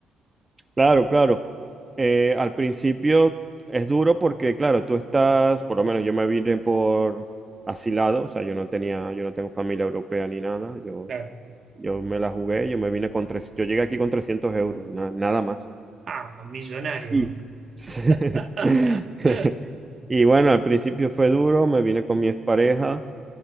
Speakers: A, on the right; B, on the right.
A: Claro, claro. Eh, al principio es duro porque, claro, tú estás, por lo menos yo me vine por asilado, o sea, yo no tenía, yo no tengo familia europea ni nada, yo,
B: Claro.
A: yo me la jugué, yo me vine con tres, yo llegué aquí con 300 euros, na- nada más.
B: Ah, millonario.
A: Y... <laughs>
B: <laughs>
A: Y bueno, al principio fue duro, me vine con mi expareja.